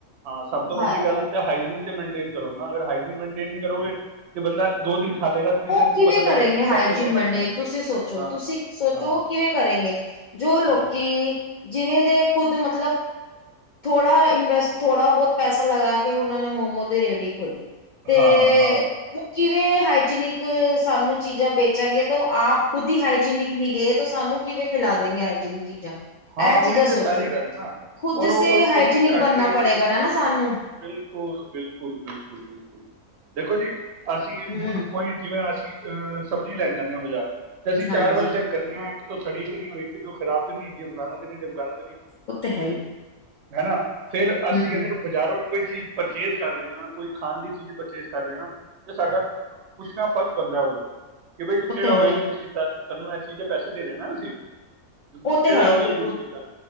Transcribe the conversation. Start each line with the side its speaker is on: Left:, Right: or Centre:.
Right: ਹਾਂ ਸਭ ਤੋਂ ਵੱਡੀ
Left: <unintelligible>
Right: ਗੱਲ ਤੇ ਹਾਈਜੀਨ ਮੇਨਟੇਨ ਕਰੋ ਨਾ, ਅਗਰ ਹਾਈਜੀਨ ਮਨਟੇਨ ਨਹੀਂ ਕਰੋਗੇ ਕਿ ਬੰਦਾ ਦੋ ਦਿਨ ਖਾ ਲੇਗਾ ਤੀਸਰੇ
Left: ਉਹ
Right: ਦਿਨ
Left: ਕਿਵੇਂ
Right: ਪਤਾ ਲੱਗੇ
Left: ਕਰੇਗੇ ਹਾਈਜੀਿਨ
Right: ਡਾਕਟਰ ਕੋਲ
Left: ਮੰਡੇਨ
Right: ਬੈਠਾ ਹੈ।
Left: ਤੁਸੀਂ ਸੋਚੋ
Right: ਹਾਂ
Left: ਤੁਸੀਂ ਸੋਚੋ
Right: ਹਾਂ
Left: ਉਹ ਕਿਵੇਂ ਕਰੇਗੇ, ਜੋ ਲੋਕੀ
Right: ਹੂੰ
Left: ਜਿਵੇਂ ਦੇ ਖੁਦ ਮਤਲਬ ਥੋੜਾ ਇਨਵੈਸਟ, ਥੋੜਾ ਬਹੁਤ ਪੈਸਾ ਲਗਾ ਕੇ ਉਹਨਾਂ ਨੇ ਮੋਮੋ ਦੀ ਰੇਡੀ ਖੋਲੀ ਤੇ
Right: ਹਾਂ ਹਾਂ ਹਾਂ।
Left: ਉਹ ਕਿਵੇਂ ਹਾਈਜੀਨਿਕ ਸਾਨੂੰ ਚੀਜ਼ਾਂ ਵੇਚਾਂਗੇ ਤਾਂ ਉਹ ਆਪ ਖੁਦ ਹੀ ਹਾਈਜੀਨਿਕ ਨੀ ਗਏ ਤਾਂ ਸਾਨੂੰ ਕਿਵੇਂ ਖਿਲਾ ਦੇਗੇ ਹਾਈਜੀਨਿਕ ਚੀਜ਼ਾਂ।
Right: ਹਾਂ
Left: ਇਹ
Right: ਉਹੀ
Left: ਚੀਜ਼ਾਂ
Right: ਤੇ ਸਾਰੀ
Left: ਸੋਚੋ
Right: ਗੱਲ ਹੈ ਨਾ।
Left: ਖੁਦ
Right: ਔਰ ਉਹ
Left: ਸੇ ਹਾਈਜੀਨਿਕ
Right: ਅਸੀ ਘੱਟ
Left: ਬਣਨਾ
Right: ਰੇਟ
Left: ਪੜੇਗਾ
Right: ਤੇ
Left: ਨਾ
Right: ਹਾਂ
Left: ਨਾ ਸਾਨੂੰ
Right: ਬਿਲਕੁਲ-ਬਿਲਕੁਲ, ਬਿਲਕੁਲ-ਬਿਲਕੁਲ। ਦੇਖੋ ਜੀ ਅਸੀਂ
Left: ਹੂੰ
Right: ਹੁਣ ਕੋਈ ਜਿਵੇਂ ਅਸੀਂ ਅ ਸਬਜ਼ੀ ਲੈਨ ਜਾਂਨੇ ਆਂ ਬਾਜ਼ਾਰ। ਤੇ ਅਸੀਂ
Left: ਹਾਂਜੀ
Right: ਚਾਰ ਵਾਰ ਚੈੱਕ ਕਰਨੇ ਆਂ। ਸੜੀ ਤੇ ਨਹੀਂ ਹੋਈ ਕਿਧਰੋਂ ਖਰਾਬ ਤੇ ਨਹੀਂ ਹੈਗੀ। ਫਲਾਣਾ ਤੇ ਨਹੀਂ ਡਿਮਕਾਨਾ।
Left: ਉਹ ਤੇ ਹੈ ਹੀ।
Right: ਹੈਨਾ। ਫੇਰ ਅਸੀਂ
Left: ਹੂੰ
Right: ਅਗਰ ਬਜ਼ਾਰੋਂ ਕੋਈ ਚੀਜ਼ ਪਰਚੇਜ਼ ਕਰ ਰਏ ਆਂ, ਕੋਈ ਖਾਣ ਦੀ ਚੀਜ਼ ਪਰਚੇਜ ਕਰ ਰਏ ਆਂ ਤੇ ਸਾਡਾ ਪੁੱਛਨਾ ਫ਼ਰਜ਼ ਬਣਦਾ ਉਹਦੇ ਤੋਂ। ਕਿ ਬਈ ਤੂੰ
Left: ਉਹ
Right: ਕਿਹੜ
Left: ਤੇ
Right: ਔਇਲ
Left: ਹੈ ਹੀ
Right: ਯੂਜ਼ ਕੀਤੈ। ਤੇਨੂੰ ਐ ਚੀਜ਼ ਦੇ ਪੈਸੇ ਦੇ ਰਹੇ ਨਾ ਅਸੀਂ। <unintelligible>
Left: ਉਹ ਹੈ ਬਿਲਕੁਲ।
Right: ਯੂਜ ਕੀਤਾ